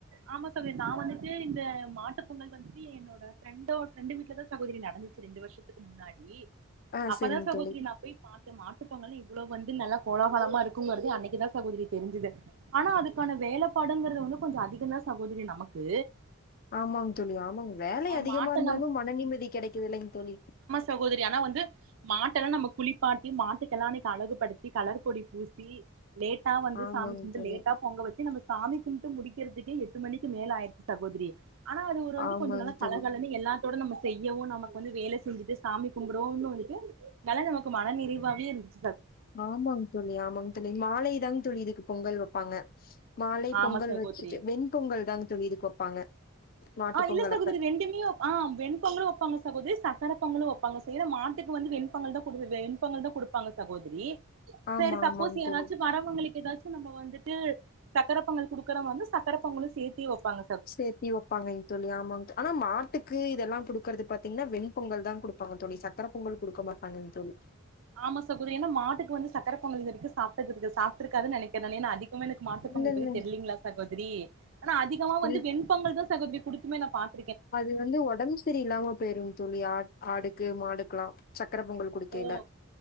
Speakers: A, on the right; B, on the left.
A: ஆமா சகோதிரி நா வந்துட்டு இந்த மாட்டு பொங்கல் வந்துட்டு என்னோட ப்ரெண்டோ ஃப்ரெண்டு வீட்டுல தா சகோதிரி நடந்துச்சி ரெண்டு வருஷத்துக்கு முன்னாடி
B: ஆ
A: அப்பதா
B: சரிங்க
A: சகோதிரி
B: தோழி
A: நா போய் பாத்த மாட்டுப்பொங்கலு இவ்ளோவு வந்து நல்ல கோலோகலமா இருக்குங்குறது அன்னக்கிதா சகோதிரி தெரிஞ்சிது ஆனா அதுக்கான வேலப்பாடுங்குறது வந்து கொஞ்ச அதிக தா சகோதிரி நமக்கு
B: ஆமாங் தோழி ஆமாங்க வேல
A: ஆ
B: அதிகமா
A: மாட்ட
B: இருந்தாலு
A: நம்ம
B: மன நிம்மதி கிடைக்குது இல்லேங்க தோழி
A: சகோதிரி ஆனா வந்து மாட்டெல்லா நம்ம குளிப்பாட்டி மாட்டுக்கெல்லா அன்னக்கி அழகுபடுத்தி கலர் பொடி பூசி லேட்டா வந்து
B: ஆமாங்க
A: சாமி க்
B: தோழி
A: பொங்க வச்சி நம்ம சாமி கும்பிட்டு முடிக்குறதுக்கே எட்டு மணிக்கு மேல ஆயிடுச்சி சகோதிரி ஆனா அது ஒரு வந்து
B: ஆமாங்க
A: கொஞ்ச நல்ல
B: தோழி
A: கலகலனு எல்லா தோட நம்ம செய்யவு நமக்கு வந்து வேல செஞ்சிட்டு சாமி கும்பிடவுனு வந்துட்டு வேல நமக்கு மன நிறைவாவே இருந்ச்
B: ஆமாங் தோழி ஆமாங்க தோழி மாலைதாங் தோழி இதுக்கு பொங்கல் வப்பாங்க மாலை
A: ஆமா
B: பொங்கல்
A: சகோதரி
B: வச்ட்டு வெண் பொங்கல் தாங் தோழி இதுக்கு வப்பாங்க மாட்டு
A: ஆ
B: பொங்கல்
A: இல்ல சகோதிரி
B: அப்ப
A: ரெண்டுமியு ஆ வெண்பொங்கலு வப்பாங்க சகோதிரி சக்கர பொங்கலு வப்பாங்க சோ எனா மாட்டுக்கு வந்து வெண்பொங்கல் தா குடு வெண்பொங்கல் தா கொடு ப்பாங்க சகோதிரி
B: ஆமா
A: சேரி சப்போஸ்
B: ஆமாங்க
A: யாராச்சி
B: தோழி
A: வரவுங்களுக்கு ஏதாச் நம்ம வந்துட்டு சக்கர பொங்கல் குடுக்கறவ வந்து சக்கர பொங்கலு சேத்தே வப்பாங்க
B: சேத்தி ஒப்பாங்கை தோழி ஆமாங்ஆனா மாட்டுக்கு இதெல்லா குடுக்குறது பாத்தீங்ன்னா வெண்பொங்கல் தா குடுப்பாங்க தோழி சக் கர பொங்கல் குடுக்க மாட்டாங்கன் தோழி
A: ஆமா சகோதிரி ஏனா மாட்டுக்கு வந்து சக்கர பொங்கல் இதுவரைக்கு சாப்டதுக்கு சாப்ட்டு இருக்காதுன்னு நெனைக்கிறே ஏனா அதி குமனுக்கு மாட்டுபொங்கல்
B: இல்ல இல்ல
A: பத்தி தெரிலீங்களா சகோதிரி ஆனா அதிகமா வந்து
B: இல்
A: வெண் பொங்கல் தா சகோதிரி குடுத்துமே நா பாத்
B: அது வந்து ஒடம்பு சரி இல்லாம போயிருங் தோழி ஆ ஆடுக்கு மாடுக்லா சக்கர பொங்கல் குடுக்கையில
A: ஓ